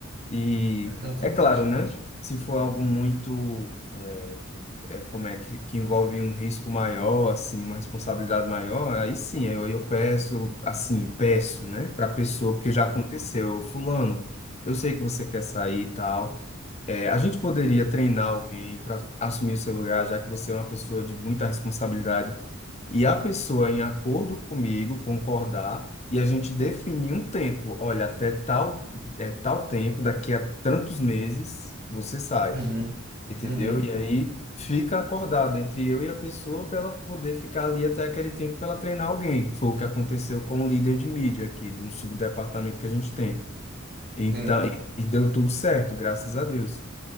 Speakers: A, on the left; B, on the right.
A: E
B: Exatamente.
A: é claro, né? Se for algo muito, é eh, como é que, que envolve um risco maior, assim, uma responsabilidade maior, aí sim, eu, eu peço, assim, peço, né, para a pessoa, porque já aconteceu, eu, fulano, eu sei que você quer sair e tal. eh, a gente poderia treinar alguém para assumir o seu lugar, já que você é uma pessoa de muita responsabilidade e a pessoa, em acordo comigo, concordar e a gente definir um tempo. Olha, até tal, é, tal tempo, daqui a tantos meses, você sai,
B: Uhum,
A: entendeu?
B: uhum,
A: E aí fica acordado entre eu e a pessoa para ela poder ficar ali até aquele tempo para ela treinar alguém. Foi o que aconteceu com o líder de mídia aqui, de um subdepartamento que a gente tem. Então,
B: sim.
A: e e deu tudo certo, graças a Deus.